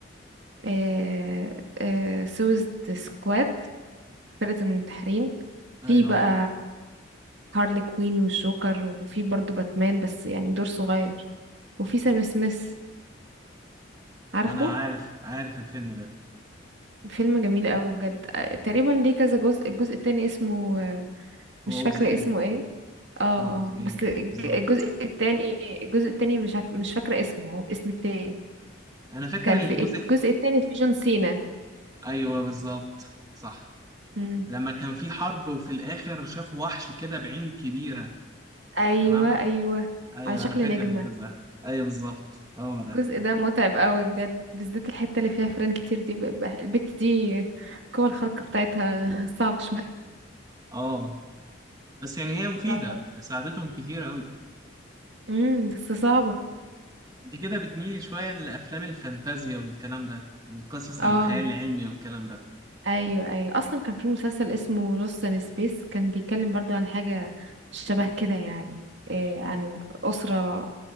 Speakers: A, on the right; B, on the right.
A: آه آه سويس سكواد فرقة المنتحرين
B: ايوه
A: في بقى هارلي كوين والجوكر وفي برضو باتمان بس يعني دور صغير وفي سام سميث عارفه
B: انا عارف عارف الفيلم ده
A: فيلم جميل قوي بجد آه، تقريبا ليه كذا جزء الجزء التاني اسمه آه،
B: هو
A: مش فاكرة
B: جزئين
A: اسمه ايه اه
B: هما
A: آه،
B: جزئين
A: بس الج-
B: بالظبط
A: الجزء التاني الجزء التاني مش عارف مش فاكرة اسمه هو باسم تاني
B: انا فاكر
A: كان
B: الجزء
A: في الجزء التاني في جون سينا
B: ايوه بالظبط صح
A: مم.
B: لما كان في حرب وفي الاخر شافوا وحش كده بعين كبيره
A: ايوه
B: تمام
A: ايوه
B: ايوه
A: على شكل
B: انا فاكر
A: نجمة
B: الجزء ده ايوه بالظبط هو ده
A: الجزء ده متعب قوي بجد بالذات الحتة اللي فيها فيران كتير دي ب- ب- البت دي القوة الخارقة بتاعتها <laughs> صعب شوية
B: اه بس يعني هي مفيده
A: صعبة أوي.
B: ساعدتهم كتير قوي
A: امم بس صعبة
B: انت كده بتميلي شويه لافلام الفانتازيا والكلام ده القصص
A: اه
B: الخيال العلمي والكلام ده
A: ايوه ايوه اصلا كان في مسلسل اسمه لوست ان سبيس كان بيتكلم برضو عن حاجة شبه كده يعني إيه عن أسرة